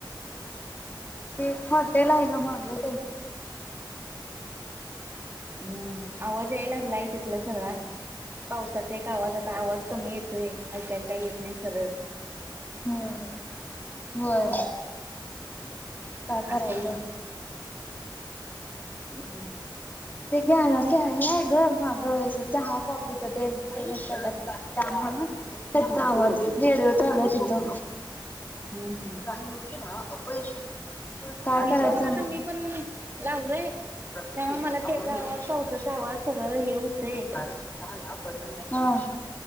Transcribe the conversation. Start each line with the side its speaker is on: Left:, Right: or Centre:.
Right: <unintelligible>
Left: ते एक हॉटेल आहे का मागं
Right: हम्. <unintelligible> आवाज याय लागलाय तिथला सगळा, पावसाचा एक आवाज आता, आवाज कमी येतोय आलकाल काय येत नाही सरळ.
Left: होय, काय करायचं?
Right: असं हम्म.
Left: ते घ्या ना हेय घर म गर चहा कॉफीच ते. त्या मुळे त्याचा आवाज रेडिओ चालू आहे तेजा.
Right: हम्म हम्म
Left: काही योजना अपयशी ठरतात. काय
Right: इथं
Left: करायचं?
Right: पण आता मी पण लावलोय त्यामुळे
Left: आपण
Right: मला त्याचा आवाज
Left: लच
Right: पावसाचा आवाज सगळं
Left: परिस्थितीनुसार
Right: हे होतंय
Left: स्वतःला ब हा